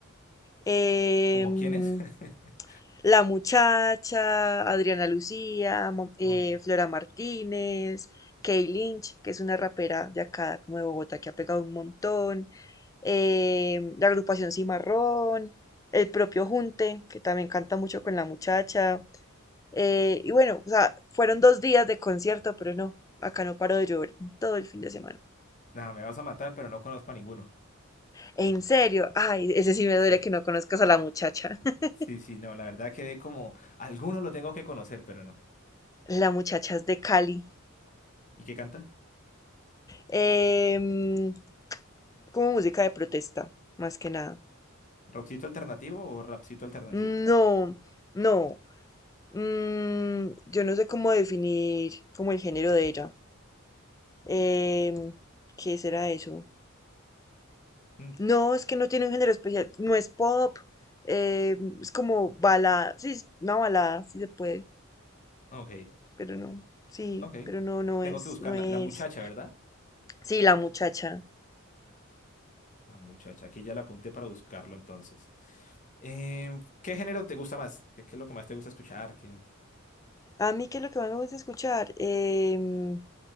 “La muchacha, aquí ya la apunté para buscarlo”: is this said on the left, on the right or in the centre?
Left